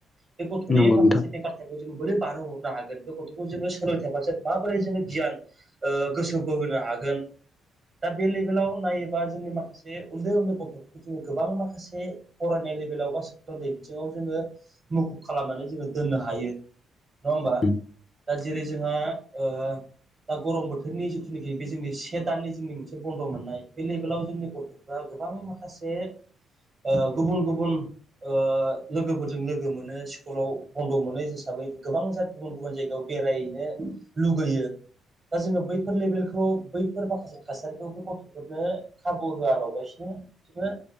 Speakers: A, on the right (about 35°); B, on the left (about 30°).
A: बे गथ'नि
B: नंगौ
A: माखासे
B: नोंथां
A: बेखार टाइमखौ जोङो बोरो बारहो हरनो हागोन बे गथ'खौ जोङो सोलोंथाइ फारसे माबोरै जोङो गियान ओ गोसो बोहोनो हागोन दा बे लेभेलाव नायोबा जोंनि माखासे उन्दै उन्दै गथ'फोरखौ जोङो गोबां माखासे फरायनाय लेभेलाव बा सोलोंथाइ बिथिङाव जोङो मुखुब खालामनानै जोङो दोननो हायो नङा होमबा
B: उम
A: दा जेरै जोंहा ओ दा गरम बोथोरनि जिथुनाखि बे जोंनि से दाननि जोंनि मोनसे बन्द' मोननाय बे लेभेलाव जोंनि गथ'फ्रा गोबां माखासे ओ गुबुन गुबुन ओ लोगोफोरजों लोगो मोनो स्कुलाव बन्द' मोनो हिसाबै गोबां जा गुबुन गुबुन जायगायाव बेरायहैनो लुगैयो दा जोङो बैफोर लेभेलखौ बैफोर माखासे थासारिखौबो गथ'फोरनो खाबु होआलाबासिनो जोङो